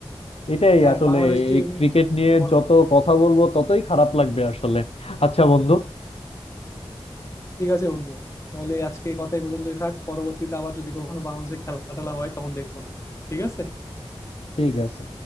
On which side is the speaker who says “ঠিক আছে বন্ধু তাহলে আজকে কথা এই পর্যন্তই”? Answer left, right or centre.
Left